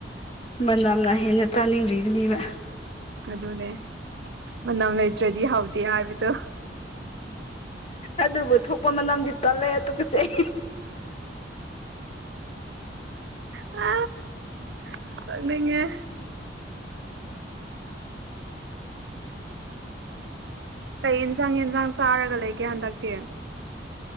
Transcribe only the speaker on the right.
ꯑꯗꯨꯅꯦ ꯃꯅꯝ ꯂꯩꯇ꯭ꯔꯗꯤ ꯍꯧꯇꯦ ꯍꯥꯏꯕꯤꯗꯣ
ꯑ ꯆꯪꯅꯤꯡꯉꯦ ꯀꯩ ꯏꯟꯖꯥꯡ ꯌꯦꯟꯁꯥꯡ ꯆꯥꯔꯒ ꯂꯩꯒꯦ ꯍꯟꯗꯛꯇꯤ